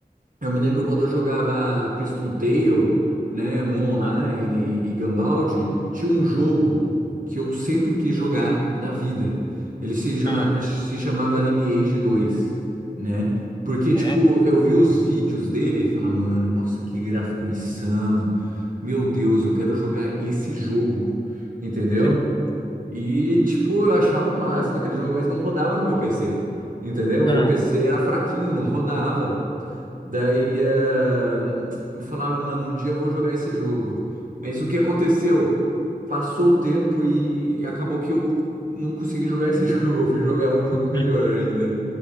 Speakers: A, on the right; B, on the left.
A: Eu me lembro quando eu jogava Priston Tale, né, Moon Online
B: Ah,
A: e Gambaldi, tinha um jogo que eu sempre quis jogar na vida. Ele se, jona-
B: ah,
A: se chamava Lineage dois, né? Porque, tipo,
B: é,
A: eu vi os vídeos dele e falava, mano, nossa, que gráfico insano. Meu Deus, eu quero jogar esse jogo, entendeu?
B: que louco.
A: E, tipo, eu achava o máximo aquele jogo, mas não rodava no meu PC, entendeu?
B: Ah,
A: Meu PC era fraquinho, não rodava. Daí eh, eu falava, mano, um dia eu vou jogar esse jogo. Mas o que aconteceu? Passou o tempo e acabou que eu não consegui jogar esse <laughs> jogo. Eu Fui jogar um jogo
B: <laughs>
A: melhor ainda,